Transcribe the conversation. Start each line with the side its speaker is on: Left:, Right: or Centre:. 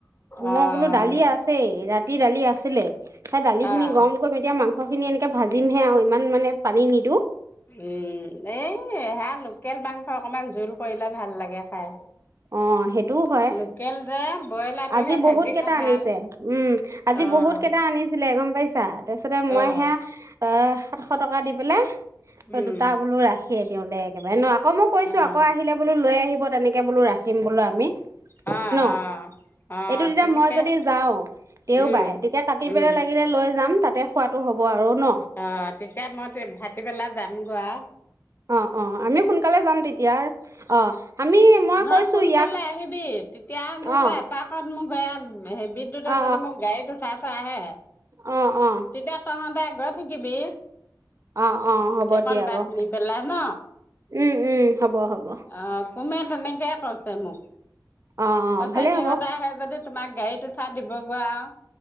Left: অ',
Right: মই বোলো দালি আছেই ৰাতি দালি আছিলে সেই দালি
Left: অ'।
Right: খিনি গৰম কৰিম এতিয়া মাংস খিনি এনেকে ভাজিমহে আৰু ইমান মানে পানী নিদো
Left: উম এই সেয়া লোকেল মাংস অকনমান জোল কৰিলে ভাল লাগে খাই
Right: অ সেইটোও হয়
Left: লোকেল যে ব্ৰইলাৰটোহে
Right: আজি
Left: ভাজি
Right: বহুত কেইটা
Left: খাই ভাল।
Right: আনিছে উম আজি
Left: অ',
Right: বহুত কেইটা আনিছিলে গম পাইছা তাৰপিছতে মই
Left: অ',
Right: সেয়া অ সাতশ টকা দি পেলাই
Left: উম,
Right: দুটা বোলো ৰাখিয়ে দিওঁ দে একেবাৰে আক মই কৈছো
Left: অ'।
Right: আকৌ আহিলে বোলো লৈ আহিব তেনেকে বোলো ৰাখিম বোলো আমি
Left: অ',
Right: ন
Left: অ', অ',
Right: এইটো তেতিয়া
Left: তেনেকে
Right: মই যদি যাও দেও
Left: উম,
Right: বাই তেতিয়া কাটি পেলাই
Left: উম,
Right: লাগিল লৈ যাম তাতে খোৱাটো হ'ব আৰু ন
Left: অ তেতিয়া মই ভাত দি পেলাই যাম গৌ আ
Right: অ অ আমি সোনকালে যাম তেতিয়া অ আমি মই
Left: নহয়
Right: কৈছো
Left: সোনকালে
Right: ইয়াক
Left: আহিবি তেতিয়া ধৰি
Right: অ
Left: লও এপাকত মোক বেয়া হেই বিদ্যুতে
Right: অ অ
Left: যদি মোক গাড়ীত উঠাই থৈ আহে
Right: অ অ
Left: তেতিয়া তহতে গৈ থাকিবি
Right: অ অ হ'ব
Left: এইকণ
Right: দিয়া
Left: বাট
Right: বাৰু
Left: নি পেলাই ন
Right: উম উম হ'ব হ'ব
Left: অ কোমে তেনেকে কৈছে মোক
Right: অ অ
Left: কৈছে
Right: ভালে
Left: সিহঁতে
Right: হ'ব
Left: আহে যদি তোমাক গাড়ীত উথা দিবগৈ আৰু